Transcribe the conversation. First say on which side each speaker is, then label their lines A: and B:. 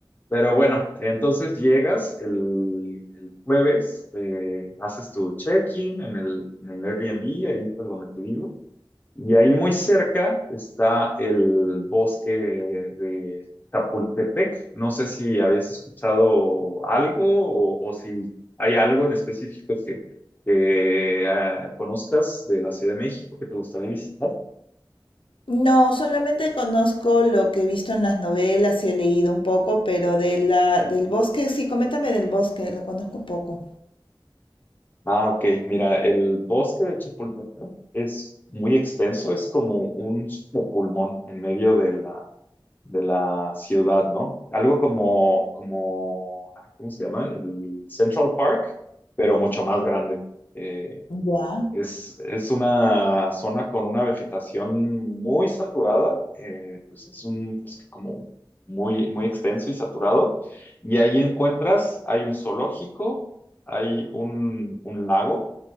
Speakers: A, on the left; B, on the left.
A: Pero bueno, entonces llegas el, el jueves, eh, haces tu check-in en el, en el Airbnb, ahí por donde te vivo, y ahí muy cerca está el bosque de Chapultepec. No sé si habías escuchado algo o, o si hay algo en específico que, que, ah, conozcas de la Ciudad de México que te gustaría visitar.
B: No, solamente conozco lo que he visto en las novelas y he leído un poco, pero de la, del bosque, sí, coméntame del bosque, lo conozco un poco.
A: Ah, ok. Mira, el bosque de Chapultepec es muy extenso, es como un pulmón en medio de la, de la ciudad, ¿no? Algo como, como, ah, ¿cómo se llama? El Central Park, pero mucho más grande. Eh,
B: Ya.
A: es, es una zona con una vegetación muy saturada, eh, pues es un es como muy, muy extenso y saturado. Y ahí encuentras, hay un zoológico, hay un un lago